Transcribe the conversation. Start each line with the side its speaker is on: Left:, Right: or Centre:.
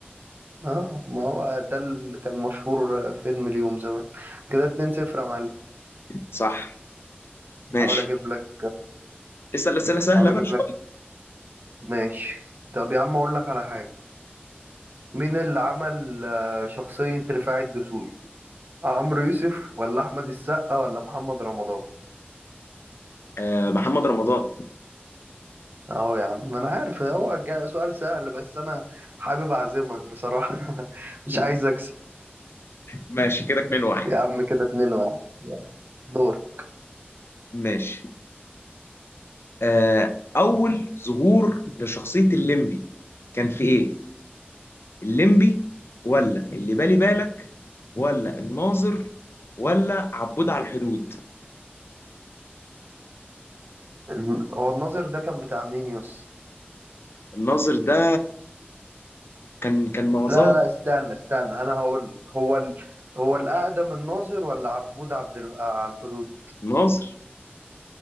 Right: اه ما هو ده اللي كان مشهور فيلم اليوم زمان كده 2 0 يا معلم
Left: صح ماشي
Right: حاول اجيب لك
Left: اسال اسئله سهله
Right: حاول
Left: بقى
Right: اجيب
Left: شويه
Right: لك ماشي طب يا عم اقول لك على حاجه مين اللي عمل آه، شخصيه رفاعي الدسوقي عمرو يوسف ولا احمد السقا ولا محمد رمضان
Left: آه محمد رمضان
Right: اهو يا عم ما انا عارف هو جا- سؤال سهل بس انا حابب اعزمك بصراحة <laughs> مش
Left: <laughs>
Right: عايز اكسب
Left: ماشي كده 2 واحد
Right: يا عم كده اتنين واحد يلا، دور
Left: ماشي آه اول ظهور لشخصيه الليمبي كان في ايه الليمبي ولا اللي بالي بالك ولا الناظر ولا عبود على الحدود
Right: الن- هو الناظر ده كان بتاع مين يس
Left: الناظر ده كان كان معظمها
Right: لا لا استنى استنى انا هقول لك هو ال... هو الاقدم الناظر ولا عبود عبد ال... آه، على الحدود
Left: الناظر